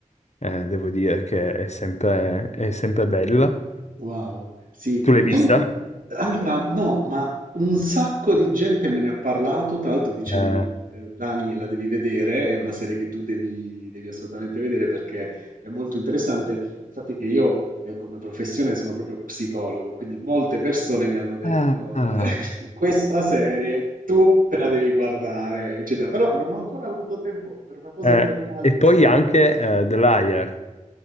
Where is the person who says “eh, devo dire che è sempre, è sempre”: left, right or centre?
Left